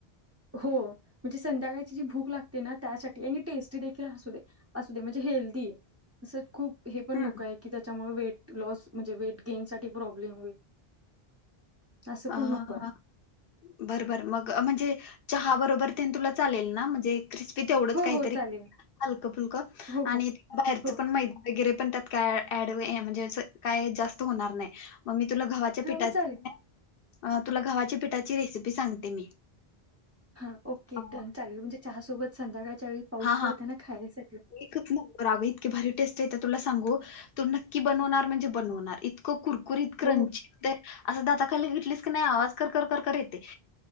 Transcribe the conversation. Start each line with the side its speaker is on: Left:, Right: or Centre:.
Right: हो म्हणजे संध्याकाळची जी भूक लागते ना त्यासाठी आणि टेस्टी देखील हासुदे असुदे म्हणजे हेल्दी खूप हे पण
Left: हम्म
Right: नको आहे की त्याच्यात - त्यामुळे वेटलॉस म्हणजे वेटगेन साठी प्रॉब्लेम होईल <inaudible> असं
Left: अ
Right: पण नको आहे
Left: बरबर मग म्हणजे चहा बरोबर ते तुला चालेल ना म्हणजे ते - क्रिस्पी तेवढंच
Right: हो
Left: काहीतरी
Right: हो चालेल
Left: हलकं फुलकं
Right: हो
Left: आणि
Right: हो
Left: बाहेरच
Right: हो
Left: पण मैदा वगैरे त्यात काय ॲड वे ये म्हणजे जास्त काय अस होणार नाही मग तुला घवा्हाच्या
Right: हां
Left: पिठात
Right: मग चालेल
Left: <unintelligible> अ तुला घवा्हाची पिठाची रेसिपी सांगते मी <inaudible>
Right: हा ओके
Left: अ,
Right: डन चालेल म्हणजे चहा सोबत <unintelligible> ज्यावेळी पाऊस
Left: हा
Right: पडताना
Left: हा
Right: खायला -
Left: एकच नंबर आगा इतकी भारी टेस्ट आहे तुला सांगु हो तु नक्की बनवणार म्हणजे बनवणार इतक- <unintelligible> क्रंची
Right: हो
Left: ते अस दातात - <unintelligible> घेतलीस कणी अस आवाज कर कर कर येतय